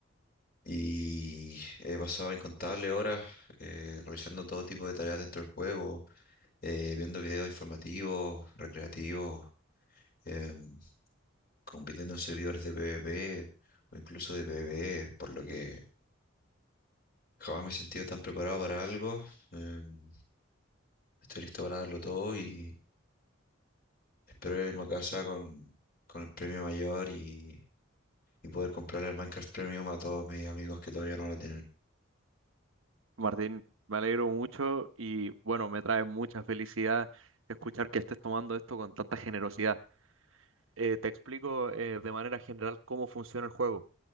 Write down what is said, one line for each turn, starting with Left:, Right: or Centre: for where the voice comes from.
Left: Y he pasado incontables horas eh, realizando todo tipo de tareas dentro del juego, eh, viendo videos informativos, recreativos, em, compitiendo en servidores de PvP o incluso de PvE, por lo que jamás me he sentido tan preparado para algo. em, Estoy listo para darlo todo y espero irme a casa con, con el premio mayor y, y poder comprar el Minecraft Premium a todos mis amigos que todavía no lo tienen.
Right: Martín, me alegro mucho y bueno, me trae mucha felicidad escuchar que estés tomando esto con tanta generosidad. Eh, te explico eh, de manera general cómo funciona el juego.